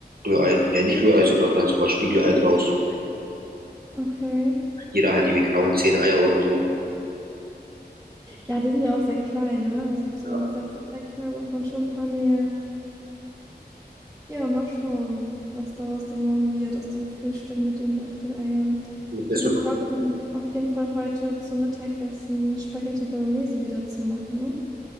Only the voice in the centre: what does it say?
Okay.
Ja, die sind ja auch sehr klein, ne? Also, bis
man da satt wird, sag ich mal, braucht man schon ein paar mehr. Ja, mal schauen, was daraus dann morgen wird aus dem Frühstück mit den Wachteleiern.
Ich
habe
mir vorgenommen, auf jeden Fall heute zum Mittagessen Spaghetti Bolognese wieder zu machen.